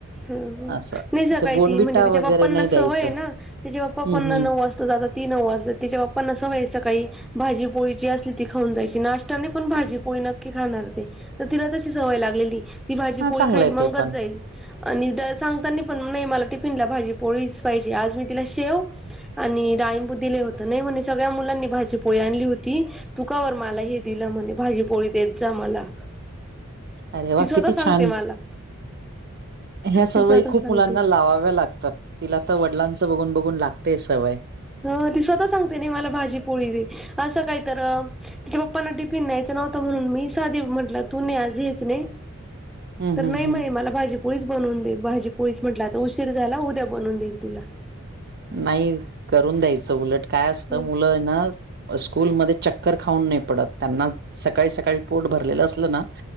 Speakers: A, in the centre; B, on the right.
A: हं,
B: असं.
A: नाही. सकाळी
B: ते बोनविटा
A: ती म्हणजे त्याच्या
B: वगैरे
A: बाप्पांना
B: नाही द्यायचं
A: सवय आहे ना, त्याच्या बापांना
B: हं हं
A: नऊ वात ती नऊ वाजता तिच्या बाप्पांना सवयचं सकाळी भाजी पोळी जी असली ती खाऊन जायची, नाष्ट्यात पण भाजी पोळी नक्की खाणार ते तर तिला तशी सवय लागलेली, ती भाजी
B: हा
A: पोळी
B: चांगलं
A: खाईल,
B: आहे
A: मंगच
B: ते पण
A: जाईल. आणि सांगताना पण नाही, मला टिफिनला भाजी पोळीच पाहिजे. आज मी तिला शेव आणि डाळींमबुद्धी दिले होतं, नाही म्हणे. सगळ्या मुलांनी भाजी पोळी आणली होती. तु कावर मला हे दिलं म्हणे भाजीपोळी देत जा मला
B: अरे वा
A: ती स्वतः
B: किती
A: सांगते
B: छान
A: मला.
B: ह्या सवयी
A: ती स्वतः
B: खूप
A: सांगते
B: मुलांना लावाव्या लागतात, तिला तर वडिलांचं बघून-बघून लागतेय सवय.
A: हं, ती स्वतः सांगते नाही, मला भाजी पोळी दे असं काय तर तिच्या पप्पांना टिफिन न्यायचं नव्हतं, म्हणून मी साधी म्हटला, तू नाही आज हेच नाही.
B: हं,
A: तर
B: हं,
A: नाही
B: हं.
A: म, मला भाजीपोळीच बनवून दे, भाजीपोळीच म्हटलं. आता उ झाला उद्या बनवून देईल तुला.
B: नाही, करून द्यायचं उलट काय असतं?
A: हं.
B: मुलं ना स्कूलमध्ये चक् खाऊन नाही पडत त्यांना, सकाळी सकाळी पोट भरलेलं असलं ना